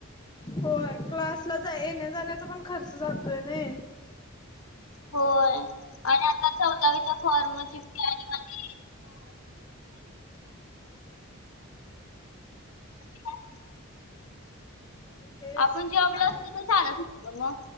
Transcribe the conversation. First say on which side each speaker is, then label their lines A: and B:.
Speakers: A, on the left (about 20°); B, on the left (about 80°).
A: होय क्लासला जाय येण्या जाण्याचा पण खर्च जातोय नई.
B: होय आनी आता चौदावीच्या फॉर्मची फी माझी. <unintelligible>
A: तेच
B: आपण जॉबला
A: काय
B: असतो
A: ना
B: तर चालत होत मग.